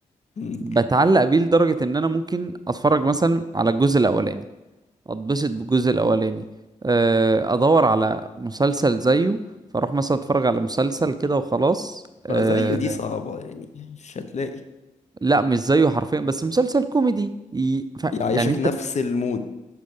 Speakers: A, on the left; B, on the right.
A: مم.
B: بتعلق بيه لدرجه ان انا ممكن اتفرج مثلا على الجزء الاولاني اتبسط بالجزء الاولاني آه، ادور على مسلسل زيه فاروح مثلا اتفرج على مسلسل كده وخلاص أه
A: لا زيه دي صعبة يعني مش هتلاقي
B: لا مش زيه حرفيا بس مسلسل كوميدي ي- ف...
A: يعيشك
B: يعني انت
A: نفس المود